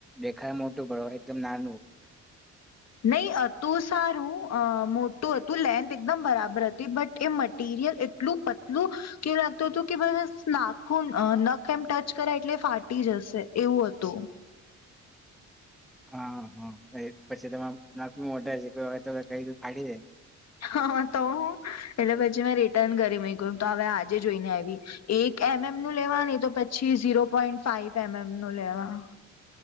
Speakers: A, in the centre; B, on the left (about 60°).
A: દેખાય મોટું પડે એકદમ નાનું.
B: નહી હતું સારું અ મોટું હતું લેન્થ એકદમ બરાબર હતી બટ એ મટીરિયલ એટલું પતલું, કેવું લાગતું હતું કે બસ નાખું નખ એમ ટચ કરાય એટલે ફાટી જશે એવું હતું.
A: હા હા પછી તમા ના મોટા છે કઈ ફાડી દે.
B: હા તો, એટલે પછી મેં રિટર્ન કરી મક તો હવે આજે જોઈ ને આવી, એક એમ એમ નું લેવા નહી તો પછી zero point five M M નું લેવા.